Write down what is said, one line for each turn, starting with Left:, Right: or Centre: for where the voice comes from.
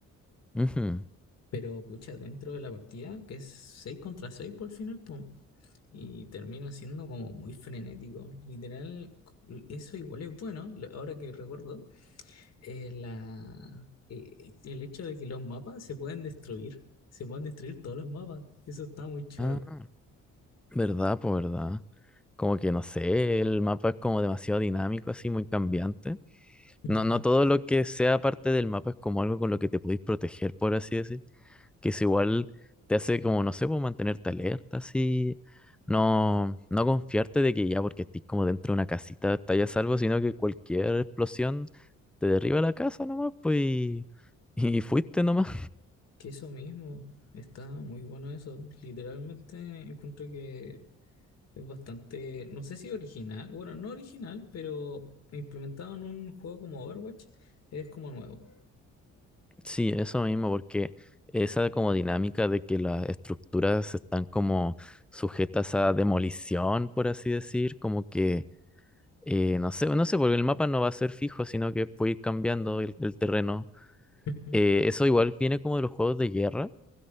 Centre: Ujú.
Left: Pero pucha, dentro de la partida, que es 6 contra 6 por el final, pum, y termina siendo como muy frenético. Literal, c- eso igual es bueno, lo- ahora que recuerdo, eh, la, eh, el hecho de que los mapas se pueden destruir. Se pueden destruir todos los mapas. Eso está muy choro.
Centre: Ah, verdad, pues verdad. Como que no sé, el mapa es como demasiado dinámico, así muy cambiante.
Left: Ujú.
Centre: No, no todo lo que sea parte del mapa es como algo con lo que te podéis proteger, por así decir. que eso igual te hace como, no sé, pues mantenerte alerta, así, no, no confiarte de que ya porque estés como dentro de una casita estás a salvo, sino que cualquier explosión te derriba la casa nomás, pues, y, <laughs> y fuiste nomás.
Left: Que eso mismo, está muy bueno eso. Literalmente encuentro que es bastante, no sé si original, bueno, no original, pero implementado en un juego como Overwatch, es como nuevo.
Centre: Sí, eso mismo, porque esa como dinámica de que las estructuras están como sujetas a demolición, por así decir, como que, eh, no sé, no sé, porque el mapa no va a ser fijo, sino que puede ir cambiando el el terreno.
Left: Ujú.
Centre: Eh, eso igual viene como de los juegos de guerra,